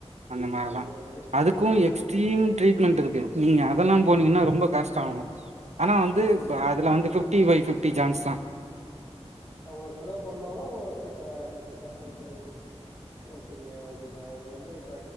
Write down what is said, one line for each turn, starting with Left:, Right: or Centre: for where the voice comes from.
Right: அந்த மாரிதா
Left: ஓகே ஓகே
Right: அதுக்கு
Left: ஆ
Right: எக்ஸ்ட்ரீம்
Left: ஓகே
Right: ட்ரீட்மெண்ட் இருக்கு நீங்க அதெல்லா போனீங்கனா ரொம்ப காஸ்டாகு ஆனா வந்து
Left: ஆ
Right: வ அதுல வந்து ஃபிப்டி ஃபை ஃபிப் ட்டி ஜான்ஸ்தா
Left: அவளவு செலவு பண்ணாலு ஓகே ஆஹ் திருப்திதா ஓகே ஓகே அப்பிடியா சேரி நா இப்ப வந்து இப்ப